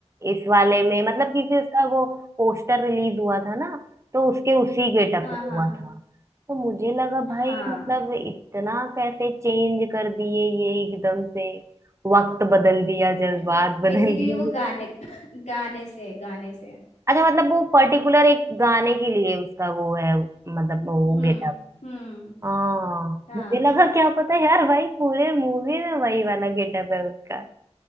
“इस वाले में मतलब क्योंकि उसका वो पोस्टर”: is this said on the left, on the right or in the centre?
Right